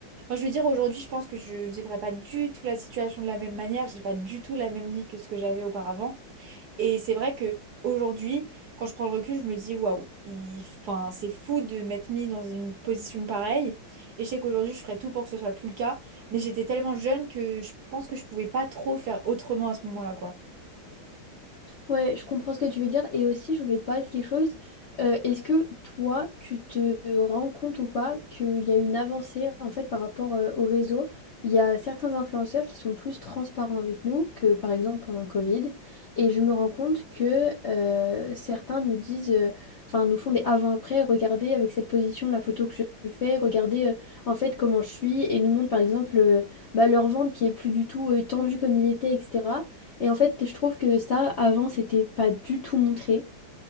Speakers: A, on the right (about 55°); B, on the left (about 50°).
A: Enfin, je veux dire, aujourd'hui, je pense que je vivrais pas du tout la situation de la même manière. J'ai pas du tout la même vie que ce que j'avais auparavant. Et c'est vrai que aujourd'hui, quand je prends le recul, je me dis waouh, il... enfin, c'est fou de m'être mis dans une position pareille. Et je sais qu'aujourd'hui, je ferais tout pour que ce soit plus le cas. Mais j'étais tellement jeune que je pense que je pouvais pas trop faire autrement à ce moment-là, quoi.
B: Ouais, je comprends ce que tu veux dire. Et aussi, je voulais te parler de quelque chose. Euh, est-ce que toi, tu te rends compte ou pas qu'il y a une avancée en fait par rapport euh, au réseau? Il y a certains influenceurs qui sont plus transparents avec nous que par exemple pendant le Covid. Et je me rends compte que euh, certains nous disent, euh, enfin nous font des avant-après, regardez avec cette position la photo que je fais, regardez euh, en fait comment je suis et nous montrent par exemple euh, bah, leur ventre qui est plus du tout euh, tendu comme il était, etc. Et en fait, je trouve que ça, avant, c'était pas du tout montré.